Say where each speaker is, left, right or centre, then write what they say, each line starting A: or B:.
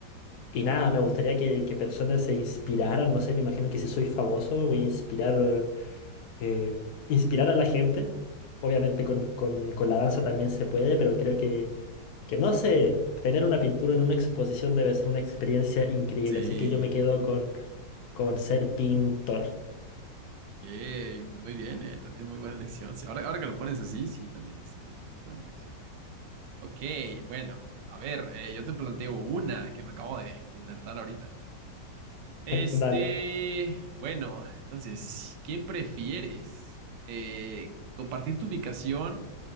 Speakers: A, on the left; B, on the right.
A: y nada, me gustaría que, que personas se inspiraran, no sé, me imagino que si soy famoso voy a inspirar eh, inspirar a la gente. Obviamente con, con- con la danza también se puede, pero creo que, que no sé, tener una pintura en una exposición debe ser una experiencia increíble.
B: Sí,
A: Así que yo me quedo con, con ser pintor.
B: ok, pues muy bien, ¿eh? También muy buena elección. Sí, ahora, ahora que lo pones así, sí, también es como que muy buena elección. Ok, bueno, a ver, eh, yo te planteo una que me acabo de, de inventar ahorita. Este,
A: <laughs> Dale.
B: bueno, entonces, ¿qué prefieres? Eh, ¿compartir tu ubicación